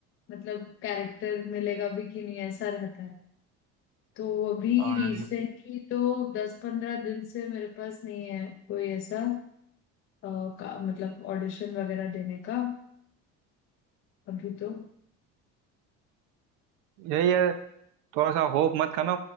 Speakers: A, on the left; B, on the right.
A: मतलब कैरेक्टर मिलेगा भी कि नहीं ऐसा रहता है तो अभी
B: और
A: रिसेंटली तो दस पंद्रह दिन से मेरे पास नहीं है कोई ऐसा अ, का, मतलब ऑडिशन वगैरह देने का अभी तो
B: यही है थोड़ा सा होप मत खाना